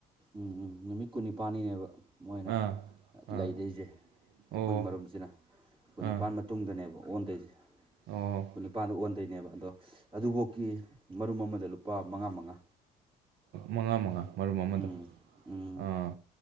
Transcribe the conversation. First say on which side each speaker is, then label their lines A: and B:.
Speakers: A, on the right; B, on the right.
A: ꯎꯝ ꯅꯨꯃꯤꯠ ꯀꯨꯟꯅꯤꯄꯥꯜꯅꯤꯅꯦꯕ ꯃꯣꯏꯅ
B: ꯑꯥ ꯑꯥ
A: ꯂꯩꯗꯣꯏꯁꯦ
B: ꯑꯣ
A: ꯑꯩꯈꯣꯏ ꯃꯔꯨꯝꯁꯤꯅ ꯀꯨꯟ ꯅꯤꯄꯥꯜ
B: ꯑꯥ
A: ꯃꯇꯨꯡꯗꯅꯦꯕ ꯑꯣꯟꯗꯣꯏꯁꯦ
B: ꯑꯣ
A: ꯀꯨꯟꯅꯤꯄꯥꯟꯗ ꯑꯣꯟꯗꯣꯏꯅꯦꯕ ꯑꯗꯣ ꯑꯗꯨꯐꯥꯎꯀꯤ ꯃꯔꯨꯝ ꯑꯃꯗ ꯂꯨꯄꯥ ꯃꯉꯥ ꯃꯉꯥ
B: ꯃꯉꯥ ꯃꯉꯥ ꯃꯔꯨꯝ ꯑꯃꯗ
A: ꯎꯝ ꯎꯝ
B: ꯑꯥ